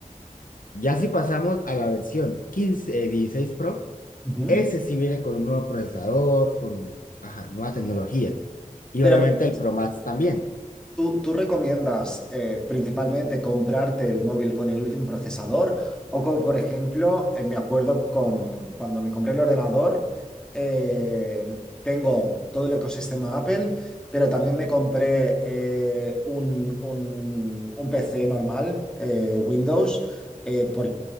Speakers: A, on the left (about 75°); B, in the centre.
A: Ya si pasamos a la versión 15 eh, 16 Pro,
B: Ujú.
A: ese sí viene con un nuevo procesador, con ajá, nueva tecnología. Y
B: Pero
A: obviamente el Pro Max también.
B: ¿Tú, tú recomiendas eh, principalmente comprarte el móvil con el último procesador? O como por ejemplo, eh, me acuerdo con cuando me compré el ordenador, eh, tengo todo el ecosistema Apple, pero también me compré eh, un, un- un PC normal, eh, Windows, eh, por